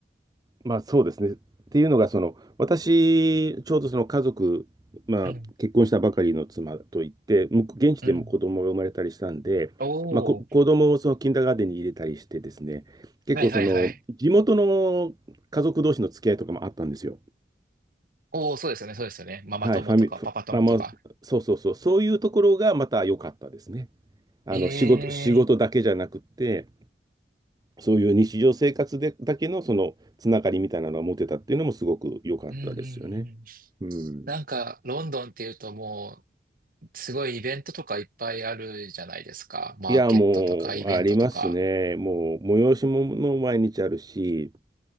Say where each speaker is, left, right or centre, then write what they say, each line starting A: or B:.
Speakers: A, on the right; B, on the right.
A: まあそうですね。っていうのが、その、私、ちょうどその家族、まあ結婚したばかりの妻といって、
B: うん、
A: 向こう現地でも子供が生まれたりしたんで、
B: うん。お
A: まあこ、子供をそのキンダーガーデンに入れたりしてですね、結構その、
B: はいはいはい。
A: 地元の家族同士の付き合いとかもあったんですよ。
B: おお、そうですよね、そうですよね。ママ友とかパパ友とか。
A: はい、ファミ、ファまあまあ、そうそうそう、そういうところがまた良かったですね。あの、
B: ええ
A: 仕事、仕事だけじゃなくって、そういう日常生活でだけのそのつながりみたいなのが持てたっていうのもすごく良かったですよね。
B: ー、うんうんうん。
A: うん。
B: なんか、ロンドンっていうともう、すごいイベントとかいっぱいあるじゃないですか。マーケットとかイベントとか。
A: いや、もう、ありますね。もう、催し物も毎日あるし、